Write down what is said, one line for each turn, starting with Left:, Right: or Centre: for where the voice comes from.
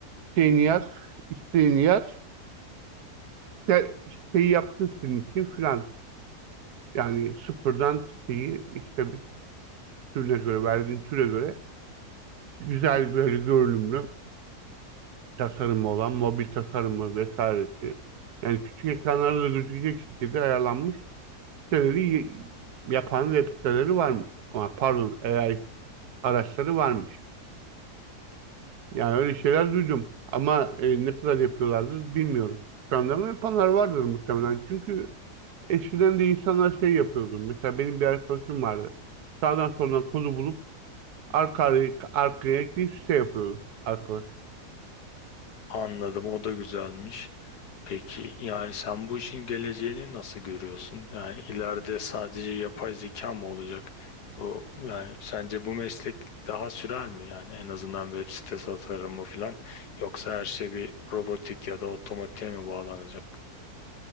Right: Şeyini yaz, isteğini yaz, işte, isteği yaptın senin için falan. Yani sıfırdan siteyi işte bir türüne göre, verdiğin türe göre güzel böyle görünümlü tasarımı olan mobil tasarımı vesairesi. Yani küçük ekranlarda da gözükecek şekilde ayarlanmış siteleri y- yapan web siteleri varmış. Ama pardon AI araçları varmış. Yani öyle şeyler duydum. Ama e, ne kadar yapıyorlardır bilmiyorum. Şu anda mı yapanlar vardır muhtemelen. Çünkü eskiden de insanlar şey yapıyordu. Mesela benim bir arkadaşım vardı. Sağdan soldan kodu bulup arka arkaya, arkaya ekleyip site yapıyordu arkadaş.
Left: Anladım o da güzelmiş. Peki yani sen bu işin geleceğini nasıl görüyorsun? Yani ileride sadece yapay zeka mı olacak? O yani sence bu meslek daha sürer mi yani en azından web sitesi tasarımı falan yoksa her şey bir robotik ya da otomatiğe mi bağlanacak?